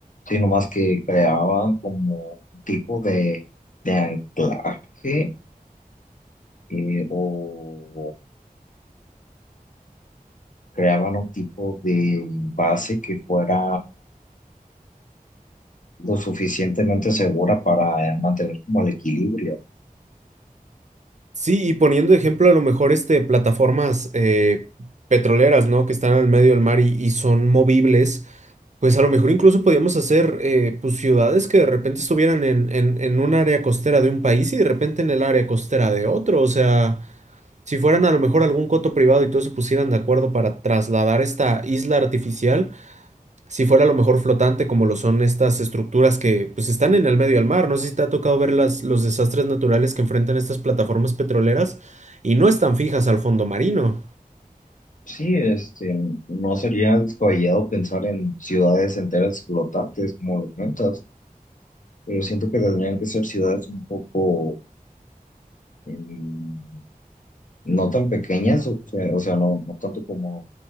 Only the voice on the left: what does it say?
sino más que creaban como un tipo de, de anclaje eh, o creaban un tipo de base que fuera lo suficientemente segura para eh, mantener como el equilibrio.
Sí, este, no sería descabellado pensar en ciudades enteras flotantes, como lo comentas, pero siento que tendrían que ser ciudades un poco... em, no tan pequeñas, o sea, o sea, no, no tanto como